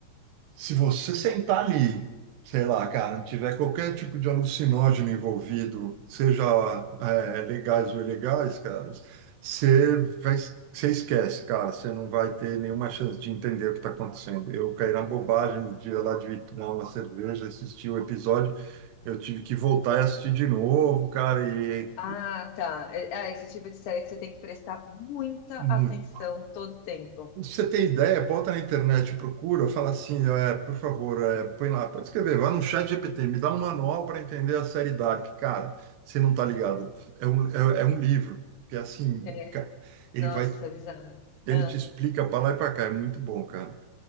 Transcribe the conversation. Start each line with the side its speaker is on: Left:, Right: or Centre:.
Right: Se você sentar ali, sei lá, cara, tiver qualquer tipo de alucinógeno envolvido, seja é, legais ou ilegais, cara, você vai, você esquece, cara, você não vai ter nenhuma chance de entender o que está acontecendo. Eu caí na bobagem no dia lá de tomar uma cerveja, assistir o episódio, eu tive que voltar e assistir de novo, cara, e é
Left: Ah, tá. É, é esse tipo de série que você tem que prestar muita
Right: muito
Left: atenção todo tempo.
Right: Você tem ideia? Bota na internet, procura, fala assim, é, por favor, é, põe lá, pode escrever, vai no chat GPT, me dá um manual para entender a série Dark. Cara, você não tá ligado. É um, é, é um livro, que é assim,
Left: É.
Right: ca- ele
Left: Nossa,
Right: vai,
Left: bizarro.
Right: ele
Left: Ah,
Right: te explica para lá e para cá, é muito bom, cara.